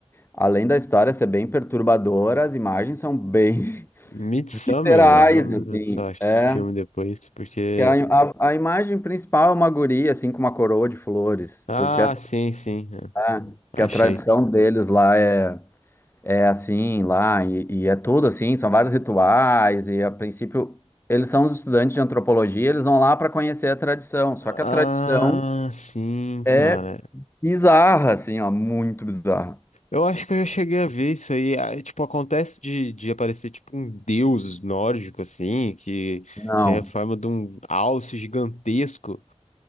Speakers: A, on the left (about 20°); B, on the left (about 80°).
A: além da história ser bem perturbadora, as imagens são bem
B: Midsummer,
A: <laughs> viscerais,
B: vamos
A: assim,
B: ver se eu acho
A: é.
B: esse filme depois, porque.
A: Que A, a, a imagem principal é uma guria, assim, com uma coroa de flores,
B: Ah,
A: porque essa
B: sim, sim. é.
A: lá-
B: Achei.
A: que a tradição deles lá é, é assim, lá, e, e é tudo assim, são vários rituais, e a princípio, eles são os estudantes de antropologia, eles vão lá para conhecer a tradição, só que
B: Ah,
A: a tradição
B: sim,
A: é
B: cara.
A: bizarra, assim, ó, muito bizarra.
B: Eu acho que eu já cheguei a ver isso aí. Ah, tipo, acontece de, de aparecer tipo um deus nórdico, assim, que
A: Não,
B: tem a forma de um alce gigantesco.